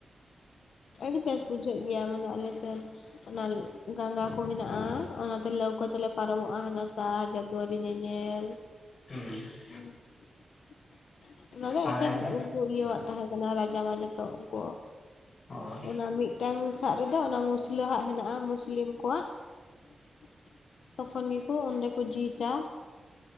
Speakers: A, on the left; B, on the left.
A: ᱟᱹᱰᱤ ᱵᱮᱥ ᱵᱩᱡᱷᱟᱹᱜ ᱜᱮᱭᱟ ᱢᱟᱱᱮ ᱟᱞᱮ ᱥᱮᱫ ᱚᱱᱟ ᱜᱟᱸᱜᱟ ᱠᱚ ᱢᱮᱱᱟᱜᱼᱟ ᱚᱱᱟᱛᱮ ᱞᱟᱹᱣᱠᱟᱹ ᱛᱮᱞᱮ ᱯᱟᱨᱚᱢᱚᱜᱼᱟ ᱦᱟᱱᱟ ᱥᱟ ᱡᱟᱫᱣᱟᱨᱤ ᱧᱮᱧᱮᱞ
B: <inaudible>
A: <unintelligible> ᱚᱱᱟᱫᱚ
B: ᱟᱞᱮ
A: ᱮᱠᱷᱮᱱ <unintelligible>
B: ᱥᱮᱫ
A: ᱩᱱᱠᱩ ᱤᱭᱟ. ᱣᱟᱜ ᱛᱟᱦᱮᱸ ᱠᱟᱱᱟ ᱨᱟᱡᱟ ᱢᱟᱞᱤᱜ ᱛᱚ ᱩᱱᱠᱩ
B: ᱦᱳᱭ
A: ᱚᱱᱟ ᱢᱤᱫ ᱢᱤᱫᱴᱟᱝ ᱥᱟᱜ ᱨᱮᱫᱚ ᱚᱱᱟ ᱢᱩᱥᱞᱟᱹ ᱟᱟᱜ ᱢᱮᱱᱟᱜᱼᱟ ᱢᱩᱥᱞᱤᱢ ᱠᱚᱣᱟᱜ <unintelligible> ᱛᱚᱠᱷᱚᱱ ᱜᱮᱠᱚ ᱚᱸᱰᱮᱠᱩ ᱡᱷᱤᱡᱟ